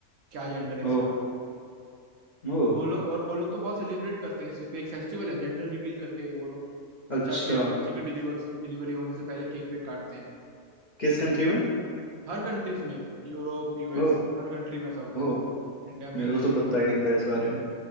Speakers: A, on the right; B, on the left.
A: क्या जेंडर है
B: है
A: इसका
B: ओ ओ
A: वो लोग और वो लोग तो बहुत सेलिब्रेट करते हैं इस चीज का एक फेस्टिवल है जेंडर रिवील करके वो लोग
B: अच्छा
A: बच्चा के बच्चे के डिलीवर से डिलीवरी होने से पहले केक वेक काटते हैं
B: किस कंट्री में
A: हर कंट्रीज में यूरोप यूएस
B: ओ
A: हर कंट्री में ऐसा होता
B: ओ
A: है इंडिया में
B: मेरे
A: नहीं
B: को
A: है
B: तो पता ही नहीं था इस बारे में